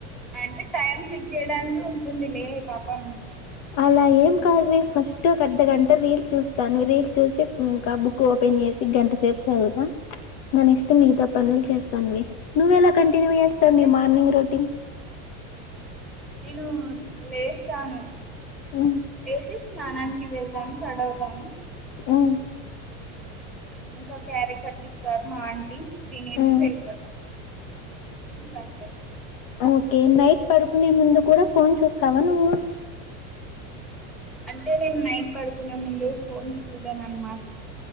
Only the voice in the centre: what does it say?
అంటే టైం చెక్ చేయడానికి ఉంటుంది లే పాపం.
అంటే
నేను లేస్తాను
లేచి స్నానాన్. కి వెళ్తాను రెడవుతాను
ఇంకా స్యారీ కట్టిస్తారు మా ఆంటీ తినేసి
వెళ్ళిపోత ఇంక అంతే
అంటే నేను నైట్ పడుకునే ముందు ఫోన్ చూడను అనమాట